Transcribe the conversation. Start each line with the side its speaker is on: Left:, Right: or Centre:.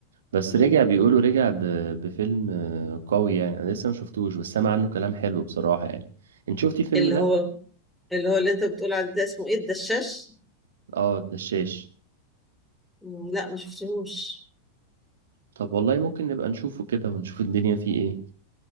Right: بس
Centre: مم.
Right: رجع بيقولوا
Centre: مم.
Right: رجع ب... بفيلم آه، قوي يعني أنا لسه ما شفتوش بس سامع عنه كلام حلو بصراحة يعني انت شفتي الفيلم
Centre: اللي
Right: ده؟
Centre: هو اللي هو اللي انت بتقول عليه ده اسمه ايه الدشاش
Right: اه الدشاش
Centre: مم. لا ما شفتهوش
Right: طب والله ممكن نبقى نشوفه كده ونشوف الدنيا فيه ايه